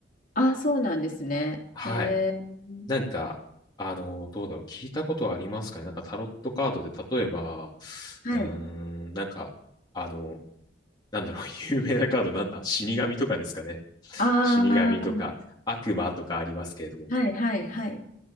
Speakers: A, on the left; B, on the left.
A: ああ、そうなんですね。
B: はい。
A: えー
B: なんか、あの、どうだろう。聞いたことはありますかねなんかタロットカードで例えば、
A: はい。
B: うーん、なんか、あの、なんだろう、<laughs> 有名なカードなんだ死神とかですかね。<laughs>
A: ああ、
B: 死神とか悪魔とかありますけれども。
A: はいはいはい。